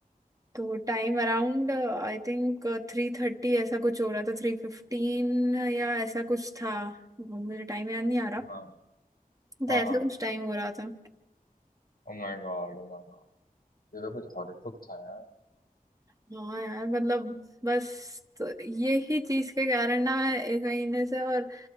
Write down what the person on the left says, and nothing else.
हाँ
हाँ
हाँ
Oh my god oh my god ये तो कुछ हॉरिफिक था यार